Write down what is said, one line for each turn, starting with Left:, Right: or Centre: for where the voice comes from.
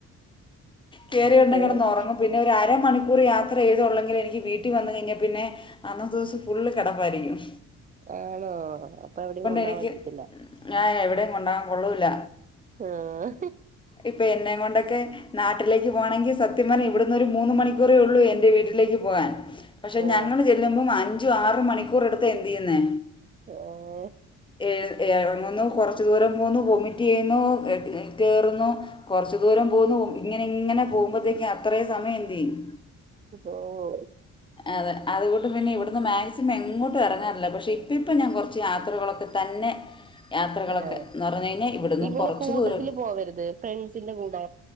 Left: കേറിയ
Right: ഉം
Left: ഉടനെ കിടന്ന് ഉറങ്ങും പിന്നെ ഒരു അരമണിക്കൂർ യാത്ര ചെയ്തള്ളെങ്കിലും എനിക്ക് വീട്ടിൽ വന്ന് കഴിഞ്ഞാൽ പിന്നെ അന്നത്തെസം ഫുള്ള് കെടപ്പാരിക്കും
Right: ആഹ്ണോ അപ്പൊ എവിടെ കൊണ്ടാവാ
Left: എനിക്ക്
Right: പറ്റത്തി ക്കില്ല
Left: ഞാൻ എവിടെയും കൊണ്ടാകാൻ കൊള്ളൂല
Right: ആഹ്
Left: ഇപ്പെ എന്നെക്കൊണ്ടൊക്കെ നാട്ടിലേക്ക് പോവാണെങ്കി സ ത്യം പറഞ്ഞാ ഇവിടുന്നൊരു മൂന്ന് മണിക്കൂറേ ഉള്ളൂ എന്റെ വീട്ടിലേക്ക് പോവാൻ പക്ഷെ
Right: ആഹ്
Left: ഞങ്ങള് ചെ ല്ലുമ്പും അഞ്ചു ആറു മണിക്കൂറെടുത്താ എന്ത്‌ ചെയ്യുന്നേ
Right: ഓഹ്
Left: ഏഹ് എറങ്ങുന്നു കൊറച്ചു ദൂരം പോന്നു വൊമിറ്റ് ചെയ്യുന്നു കേറുന്നു കൊറച്ചു ദൂരം പോന്നു ഒ ഇങ്ങനെ ഇങ്ങനെ പോവുമ്പോത്തേക്ക് അത്രയ് സമയം എന്ത് ചെയ്യും
Right: ഓ
Left: അതെ അതുകൊണ്ട് പിന്നെ ഇവിട ന്ന് മാക്സിമം എങ്ങോട്ടും എറങ്ങാറില്ല പക്ഷേ ഇപ്പം ഇപ്പം ഞാൻ കൊറച്ച് യാത്രകളൊക്കെ തന്നെ യാത്രകളൊക്കെ
Right: ആഹ്
Left: എന്ന് പറഞ്ഞു കഴിഞ്ഞാ ഇവിടുന്ന്
Right: ഇങ്ങനെ
Left: കൊറച്ച്
Right: കൂട്ടത്തില്
Left: ദൂരം
Right: പോവരുത് ഫ്രണ്ട്സിന്റെ കൂടെ